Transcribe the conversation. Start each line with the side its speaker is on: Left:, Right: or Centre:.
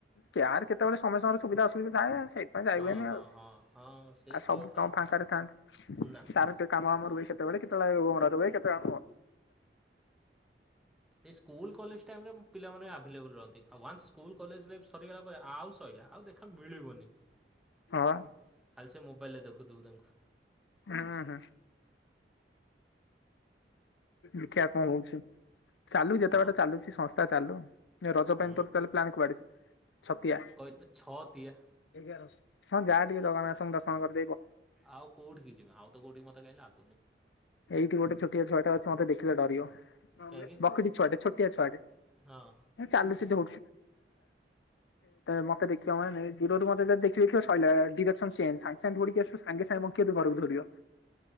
Left: କୋର କେତେଳେ ସମୟଙ୍କରେ ସୁବିଧାସବିଧା ଏ ସେଇଥିପାଇଁ ଯାଇ
Centre: ହଁ
Left: ହନି
Centre: ହଁ
Left: ଆଉ
Centre: ହଁ ହଁ ସେଇ
Left: ଆଉ ସବୁ
Centre: ତ କଥା
Left: କାମ
Centre: ଆଉ
Left: ଫାଙ୍କ ଥାନ୍ତନ୍ତି।
Centre: ନା
Left: ଚାରୋଟି କାମ ଆମର ହୁଏ ସେତେବେଳେ କେତେବେଳେ କେତାଣ
Centre: ଇ ସ୍କୁଲ କଲେଜ ପିଲାମାନେ ଆଭେଲେବଲ ରହନ୍ତି। କଲେଜ ଲାଇଫ୍ ସରିଗଲା ପରେ ଆଉ ସରିଲା ଆଉ ଦେଖା ମିଳିବନି। ଖାଲି
Left: ହଁ
Centre: ସେ ମୋବାଇଲରେ ଦେଖୁଥିବୁ ତାଙ୍କୁ।
Left: ହଁ ହଁ ଦେଖା କଣ ହୋଉଛି। ଚାଲୁ ଯେତେବେଳେ
Centre: ହଁ
Left: ଚାଲୁଛି ସଂସ୍ଥା ଚାଲୁ ରଜ
Centre: ହୁଁ
Left: ପାଇଁ ପ୍ଲାନ୍ କୁଆଡେ। ଛତିଆ
Centre: କହିଲି ପା ଛତିଆ
Left: ଏଗାର ହଁ ଯାହା ଟିକେ ଜଗନ୍ନାଥଙ୍କୁ ଦଶନ କର କରି
Centre: ଆଉ କୋଉଠିିକ କି ଯିବେ ଆଉ ତ ଗୋଠ ମତ କହିଁ ଗିବ
Left: ଏଇଠି ଗୋଟେ ଛୋଆଛେଟା ଅଛ ମତେ ଦେଖି ଦେଖଲେ ଡରିବ।
Centre: କାହିଁକି
Left: ବକଡି ଛୁଆଟେ ଛୋଟିଆ ଛୁଆଟେ
Centre: ହଁ
Left: ଚାଲୁ ସେ ଖା ମତେ ଦେଖେ ଦ ଦେଖି ଦେଖ ସାଙ୍ଗେ ସାଙ୍ଗିକି ଆସ ସାଙ୍ଗେ ସାଙ୍ଗେ ଘରକୁ ଧିବ